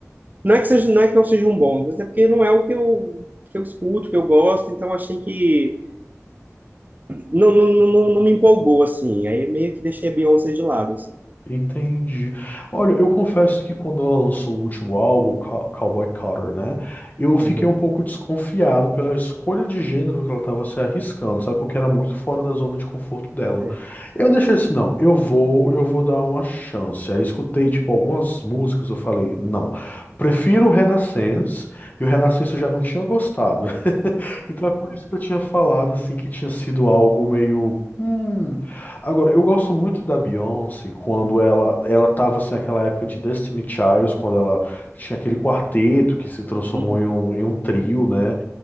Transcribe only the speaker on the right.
Não é que seja, não é que não sejam bons, mas é porque não é o que eu, que eu escuto, que eu gosto, então achei que não, não, não, não me empolgou, assim. Aí meio que deixei a Beyoncé de lado, assim.
Uhum.
É.
Uhum.